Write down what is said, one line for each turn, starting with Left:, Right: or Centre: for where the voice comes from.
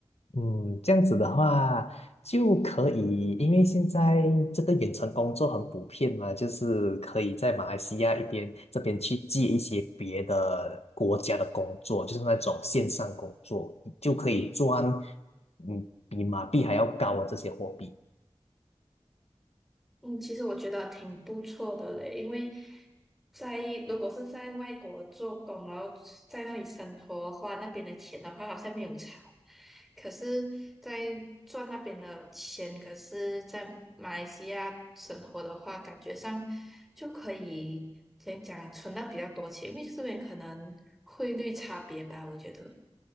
Left: 嗯，这样子的话就可以，因为现在这个远程工作很普遍嘛，就是可以在马来西亚一边这边去接一些别的国家的工作，就是那种线上工作，就可以赚嗯比马币还要高的这些货币。
Centre: 嗯，其实我觉得挺不错的嘞，因为在如果是在外国做工，然后在那里生活的话，那边的钱的话，好像没有差。可是，在赚那边的钱，可是在马来西亚生活的话，感觉上就可以怎样讲啊存到比较多钱，因为这边可能汇率差别吧，我觉得